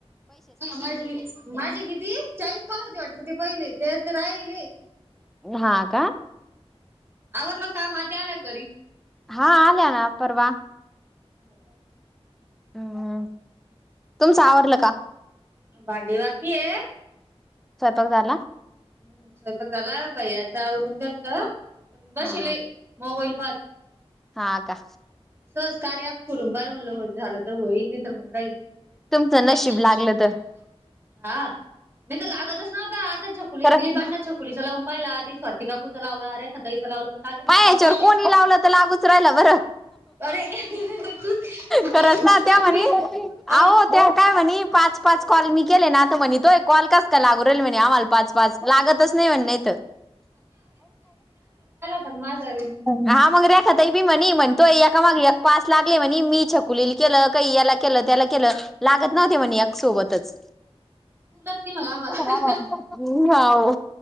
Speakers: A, on the right; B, in the centre.
A: माझ माझे किती चाळीस कॉल होती वाटत ते पहिले तेतले राहिले.
B: ह
A: ह आवरलं कामात आल्या घरी.
B: हा आल्या ना परवा.
A: हो का.
B: हम्म तुमचं आवरलं का
A: भांडी बाकी आहे.
B: स्वयंपाक झाला.
A: हम् स्वतः झाला बाई याच आवरून गल तर पण बसेल
B: हा
A: मोबाईल वा.
B: हा का.
A: सज कार्या आप खुलंून पाहियला म्हटलं झालं तर होईन नाही तरर मग राहीनल.
B: तुमचं नशीब
A: तेव का
B: लागलं तर.
A: न. हा मी तर लागतच नाता आता छकुली
B: खरं
A: दिलीपांना छक पोलिस लावून पाहिला त ते स्वाती का खूचा लावला अे खतईच लावलं पण लागे नसते.
B: पायाच्यावर कोणी लावलं तर लागूच राहिलं बरं.
A: अरे तू
B: खरच ना
A: तूच
B: त्या
A: लकी.
B: म्हनी आो
A: अ
B: त्या. काय म्हणे पाच पाच कॉल मी केले नातो म्हणे तोय कॉल कस. लागू राहील म्ह आम्हाला पाच पाच लागतच नाही म्हण नाहीथ.
A: सनमावी.
B: हा मग रेखत आहे बी म्हणे म्हणतो एका माग पास लागले म्हणे मी छकुलील केलं काही याला केलं त्याला केलं लागत नव्हत म्हणे या सोबतच
A: <inaudible> तुलत कि मग आम्हाला
B: हो